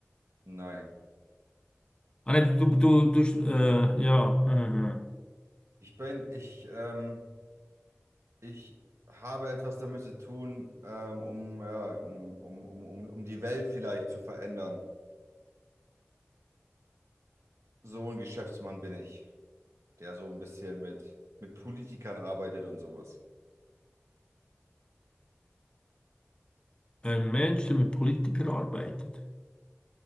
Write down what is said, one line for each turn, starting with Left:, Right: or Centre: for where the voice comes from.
Right: Nein.
Left: Ah, nee, du, du, du, äh, ja. aha.
Right: Ich bin, ich, ähm, ich habe etwas damit zu tun, ähm, um, ja, um, um, um, um, um die Welt vielleicht zu verändern. So ein Geschäftsmann bin ich, der so ein bisschen mit, mit Politikern arbeitet und sowas.
Left: Ein Mensch, der mit Politikern arbeitet.